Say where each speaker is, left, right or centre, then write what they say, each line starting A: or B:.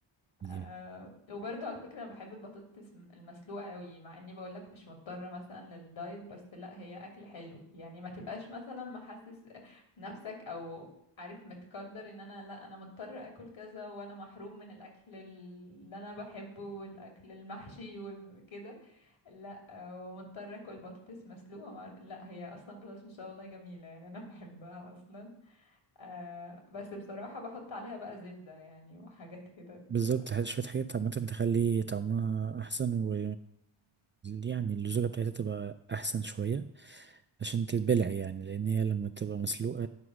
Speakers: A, on the right (about 25°); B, on the left (about 65°).
A: أيوة
B: أه وبرضو على فكرة انا بحب البطاطس م- المسلوقة قوي مع اني بقولك مش مضطرة مثلا للدايت بس لا هي اكل حلو يعني ما تبقاش مثلا محسس نفسك او عارف متقدر ان انا لا انا مضطر اكل كذا وانا محروم من الاكل اللي انا بحبه والاكل المحشي وكده لا آه، ومضطرة اكل بطاطس مسلوقة مع... لا هي اصلا بطاطس مسلوقة والله جميلة يعني انا <laughs> بحبها اصلا أه بس بصراحة بحط عليها بقى زبدة يعني وحاجات كده
A: بالظبط
B: ت-
A: ح- شوية حاجات عامة تخلي طعمها أحسن و يعني اللزوجة بتاعتها تبقى أحسن شوية عشان تتبلع يعني لان هي لما بتبقى مسلوقه